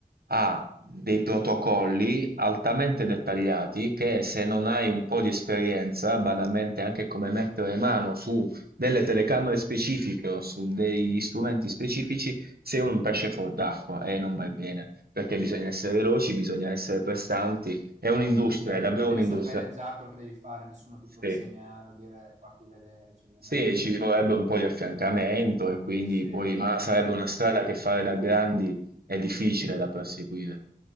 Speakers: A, on the right; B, on the right.
A: ha dei protocolli altamente dettagliati che se non hai
B: Mh.
A: un po' di esperienza, banalmente anche come mettere mano su delle telecamere specifiche o su degli strumenti specifici, sei un pesce fuor d'acqua e non vai bene,
B: Mh.
A: perché bisogna essere veloci, bisogna essere prestanti, è un'industria,
B: Cioè, devi,
A: è davvero
B: devi
A: un'industria.
B: sapere già quello che devi fare, nessuno ti
A: Sì.
B: può insegnare o dire farti vedere, cioè devi andare
A: Sì,
B: lì
A: ci
B: e già.
A: vorrebbe un po' di affiancamento e quindi
B: Sì.
A: poi,
B: A
A: ma sarebbe una strada che fare da grandi è difficile da perseguire,